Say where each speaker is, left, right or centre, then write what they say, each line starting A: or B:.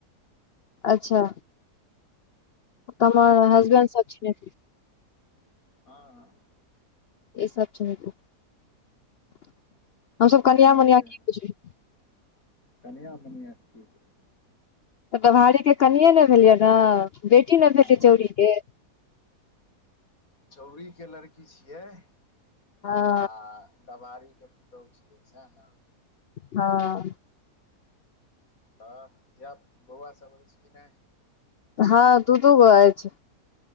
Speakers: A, on the left; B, on the left.
A: अच्छा त हमर
B: बड़ी
A: हसबेंड
B: सुन
A: सब चिन्हैत
B: हँ
A: ई सब चिन्हैत हेथिन, हमसब
B: इसका
A: कनियां
B: नाम
A: मनियां
B: छै
A: की बुझबै
B: कनिया मनियास कि हेतै?
A: तऽ डभारी के कनिये ने भेलियै न बेटी न भेलीयै
B: हँ
A: चौड़ीके।
B: चौरीके लड़की छियै आ
A: हँ
B: डभारीके पुतौहु छियै सैह न?
A: हँ
B: तऽ धियाप बौआ सब अइछ कि नै?
A: हँ दु दुगो अइछ।